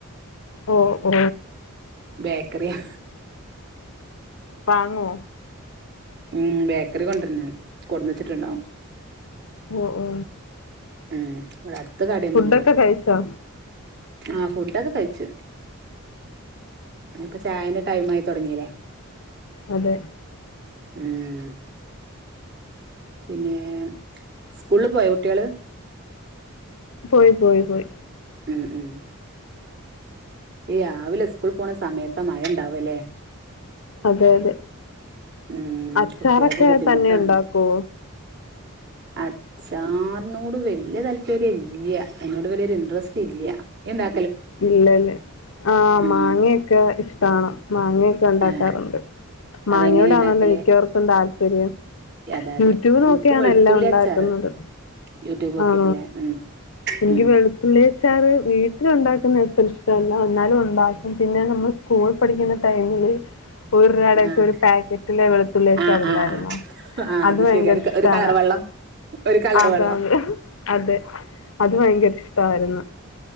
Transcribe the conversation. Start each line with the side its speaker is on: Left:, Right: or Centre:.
Left: ഓ ഓ
Right: ബേക്കറിയാ
Left: വാങ്ങോ?
Right: ഉം ബേക്കറി കൊണ്ടര്നാണ് കൊട്ന്ന് വെച്ചിട്ടുണ്ടാവും
Left: ഓ ഓ
Right: ഉം ഇവിട ടുത്ത് കടയൊന്നുല്യാ
Left: ഫുഡൊക്കെ കഴിച്ചോ
Right: ആ ഫുഡൊക്കെ കഴിച്ച് ഞ്ഞിപ്പം ചായന്റെ ടൈമായി തുടങ്ങീല്ലേ
Left: അതെ
Right: ഉം പിന്നെ സ്കൂള്ള് പോയോ കുട്യേള്
Left: പോയി പോയി പോയി
Right: ഉം ഉം ഈ രാവിലെ സ്കൂൾ പോണ സമയത്താ മഴണ്ടാവലേ
Left: അതെ അതെ
Right: ഉം
Left: അച്ചാറൊക്കെ
Right: കുട്ടികൾക്ക് ബുദ്ധിമുട്ടാണ്
Left: തന്നെ ഉണ്ടാക്കോ
Right: അച്ചാറിനോട് വല്യ താല്പര്യം ഇല്യാ ഐനോട് വല്യൊരു ഇന്ട്രസ്റ്റ് ഇല്യാ യിണ്ടാ
Left: ഇല്ലല്ല ആ
Right: ഉം
Left: മാങ്ങക്കെ ഇഷ്ടാണ് മാങ്ങയൊക്കെണ്ടാക്കാറുണ്ട്
Right: ആഹ് അതെങ്ങനെ
Left: മാങ്ങയോടാണല്ലോ
Right: ഇണ്ടാക്കല്
Left: മിക്കവർക്കും താല്പ ശരിയാ
Right: അതെ അതെ
Left: യൂട്യൂബ്
Right: എനിക്ക്
Left: നോക്കിയാണ്
Right: വെളുത്തുള്ളി
Left: എല്ലാം ഉണ്ടാക്കുന്നത്
Right: അച്ചാറ് യൂട്യൂബ് നോക്കിട്ടില്ലേ
Left: ആ
Right: ഉം
Left: എനിക്ക്
Right: ഉം
Left: വെളുത്തുള്ളി അച്ചാറ് വീട്ടിലുണ്ടാക്കി ഷ്ടമല്ല എന്നാലും ഉണ്ടാക്കും പിന്നെ നമ്മൾ സ്കൂൾ പഠിക്കുന്ന ടൈമില് <unintelligible>
Right: ആഹ്
Left: ഒരു പാക്കറ്റില് വെളുത്തുള്ളിച്ചാറില്ലായിരുന്നോ
Right: ആഹ് ആഹ് ആഹ് ആഹ്
Left: അത് ഭയങ്കര
Right: ശെരി ഒരു
Left: ഇഷ്ടാണ്
Right: ഒരു കളർ വെള്ളം ഒരു കളർ
Left: അത
Right: വെള്ളം
Left: അത് അതെ അത് ഭയങ്കര ഇഷ്ടമായിരുന്നു